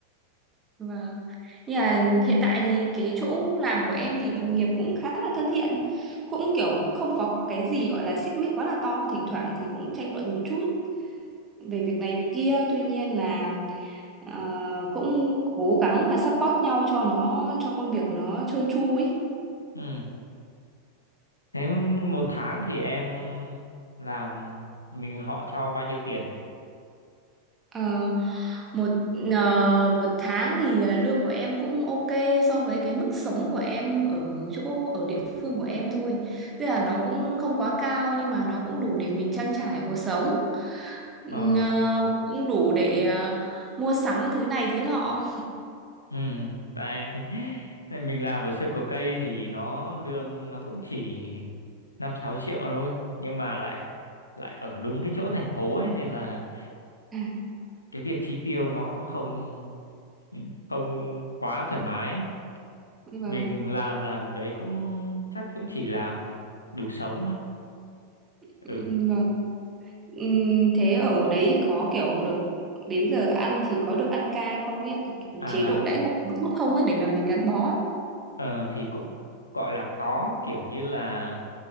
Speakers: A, on the right; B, on the left.
A: Vâng. Nhưng mà hiện tại thì cái chỗ làm của em thì đồng nghiệp cũng khá là thân thiện, cũng kiểu không có cái gì gọi là xích mích quá là to, thỉnh thoảng thì cũng tranh luận một chút về việc này việc kia, tuy nhiên là ờ, cũng cố gắng mà support nhau cho nó cho công việc nó trơn tru ấy.
B: ừ. Thế một tháng thì em làm mình họ cho bao nhiêu tiền nhỉ?
A: Ờ, một ờ, một tháng thì ờ, lương của em cũng ok so với cái mức sống của em ở chỗ ở địa phương của em thôi. Tức là nó cũng không quá cao nhưng mà nó cũng đủ để mình trang trải cuộc sống.
B: Ờ,
A: Ừm, ờ, cũng đủ để ờ, mua sắm thứ này thứ nọ.
B: ừ, tại <laughs> tại mình làm ở sơ cổ cây thì nó lương nó cũng chỉ 5 6 triệu thôi, nhưng mà lại lại ở đúng cái chỗ thành phố ấy nên là
A: À,
B: cái việc chi tiêu nó không không quá thoải mái.
A: vâng,
B: Mình làm làm ở đấy cũng chắc cũng chỉ làm đủ sống thôi.
A: ừm,
B: Ừ.
A: vâng. Ừm, thế ở đấy có kiểu được đến giờ ăn thì có được ăn ca không ấy? ạ? Kiểu
B: À
A: chế độ đãi ngộ có tốt không ấy để mà mình gắn bó ấy.
B: Ờ, thì cũng gọi là có kiểu như là